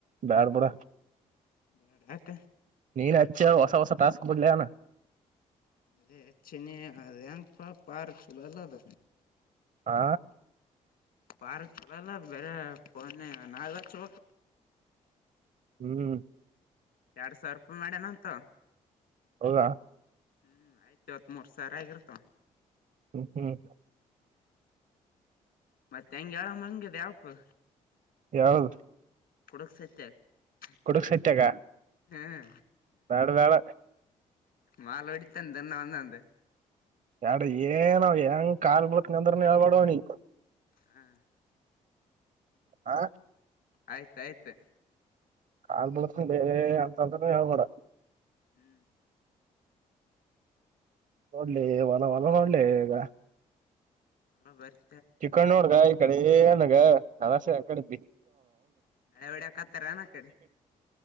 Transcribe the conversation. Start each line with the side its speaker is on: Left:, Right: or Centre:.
Right: ಬ್ಯಾಡ್ ಬಡ
Left: ಬೇಡ ಅಕ
Right: ನೀನುಚ್ಚ ಹೊಸ ಹೊಸ ಟಾಸ್ಕ್ ಕೊಡ್ಲಾನ
Left: ಅೇ ಹೆ ಚನ ಅಏನ್ಪ್ಪಾ ಪಾರ್ ಚಲಲ್ಲದ
Right: ಆ
Left: ಪಾರ ಚಳಲ್ಲ ಬರೆ ಪಣೆ ನಾಾ ಚು
Right: ಹ್ಮ್
Left: ಎರಡ್ ಸಾವಿರ ರೂಪಾಯಿ ಮಾಡಣ ಅಂತ
Right: ಹೌದಾ
Left: ಹ್ಮ್ ಆಯ್ತು ಇವತ್ ಮೂರ್ ಸಾವಿರಾ ಆಗರ್ತ
Right: ಹ್ಮ್ ಹ್ಮ್
Left: ಮತ್ತೆ ಹೆಂಗಗೆಯಾಡಾಮ ಹಂಗದ ಯಪ್ಪು
Right: ಯಾವದು
Left: <unintelligible>
Right: ಕೊಡುಕ್ ಸತ್ಯಾಗ
Left: ಹ್ಮ
Right: ಬ್ಯಾಡ ಬ್ಯಾಡ
Left: ಮಾಳವಡಿತಾನ ದಿನವೊಂದು
Right: ಎಡ ಏನಾವ್ ಹೆಂಗ ಕಾಲ್ ಬಿಳಕ್ನಂದ್ರನ ಹೇಳ್ಬಾಡವ್ನಿ
Left: ಹ್ಮ
Right: ಹಾ
Left: ಆಯ್ತಾಯ್ತು
Right: <unintelligible>
Left: ಹ್ಮ್
Right: ನಡ್ಲಿ ಹೊಲ ಹೊಲ ನಡ್ಲಿ ಈಗ
Left: ಎಲ್ಲ ಬಾರಿ
Right: ಚಿಕ್ಕಣ ನೋಡ್ಗ ಈ ಕಡೆ ಏನಗಸಕಡೆ ಬಿ
Left: ಗಳೆ ಹೊಡ್ಯಾಕತ್ತಾರ ಏನ ಕಡೆ